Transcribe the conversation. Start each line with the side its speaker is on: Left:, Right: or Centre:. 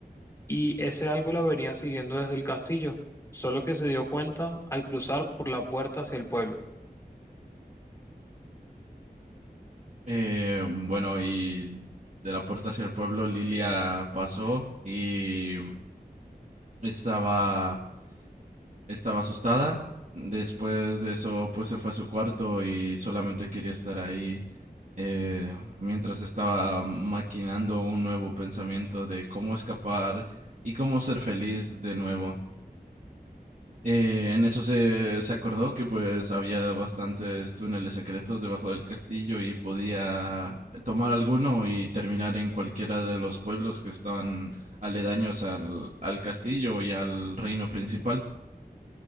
Left: y ese algo la venía siguiendo desde el castillo, solo que se dio cuenta al cruzar por la puerta hacia el pueblo.
Right: Eh, bueno, y de la puerta hacia el pueblo Lilia pasó y estaba estaba asustada. Después de eso, pues se fue a su cuarto y solamente quería estar ahí eh, mientras estaba maquinando un nuevo pensamiento de cómo escapar y cómo ser feliz de nuevo. Eh, en eso se, se acordó que pues había bastantes túneles secretos debajo del castillo y podía tomar alguno y terminar en cualquiera de los pueblos que están aledaños al, al castillo y al reino principal.